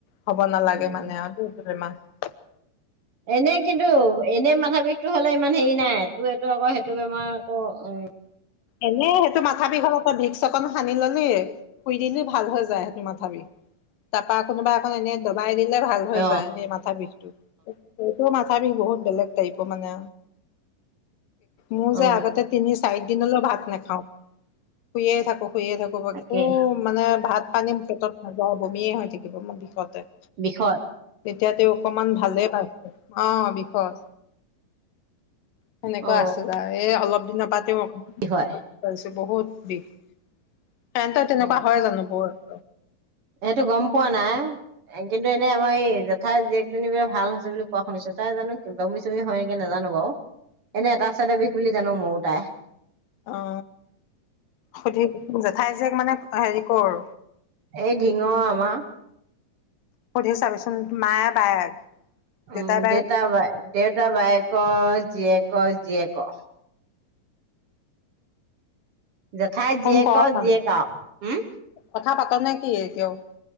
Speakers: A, on the left; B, on the right.
A: হ'ব নালাগে
B: উম
A: মানে আৰু দেই এইটো বেমাহ।
B: এনেই কিন্তু এনেই মাথা বিষটো হলে ইমান হেৰি নাই তোৰ এইটো আকৌ সেইটো বেমাৰ আকৌ উ
A: এনেই সেইটো মাথা বিষৰ ওপত ভিক্স অকণ সানি ললে শুই দিলি ভাল হৈ যায় সেইটো মাথা বিষ। তাৰপা কোনোবা এখন এনে দবাই দিলে ভাল হৈ
B: অ
A: যায় সেই মাথা বিষটো। সটো মাথা বিষ বহুত বেলেগ টাইপৰ মানে মোৰ
B: অ
A: যে আগতে তিনি চাৰি দিনলৈ ভাত নাখাওঁ শুেয়ে থাকো শুেয়ে থাকো
B: তাকেই
A: খু মানে ভাত-পানী পেটত নাযাই বমিয়ে হৈ থাকিব মোৰ বিষতে।
B: বিষত?
A: তেতিয়া তেওঁ অকমান ভালে পাইছে অ', বিষত। সেনেকুৱা
B: অ
A: আছিল আৰু এ অলপ দিনৰ পৰাতেওক
B: কি হয়
A: পাইছো বহুত বিষ, কাৰেণ্টত তেনেকুৱা
B: অ
A: হয় জানো বৰ।
B: সেইটো গম পোৱা নাই। কিন্তু, এনে আমাৰ এই জেঠাই জীয়েকজনী বোলে ভাল হৈছে বুলি কোৱা শুনিছো, তাই জানো বমি-চমি হয় নেকী নাজানো বাৰু, এনে এটা চাইডে বিষ বুলি জানো মইও তাই।
A: অ', সুধি জেঠাই জীয়েক মানে হেৰি কৰ?
B: এই ধিঙৰ আমাৰ।
A: সুধি চাবিচোন, মায়ে বায়েক। দেউতাই
B: উম,
A: বায়েক
B: দেউতা বাই, দেউতা বায়েকৰ জীয়েকৰ জীয়েকৰ। জেঠাই জীয়েকৰ
A: ফোন কৰক,
B: জীয়েক আও উম
A: কথা পাত নেকি এতিয়াও?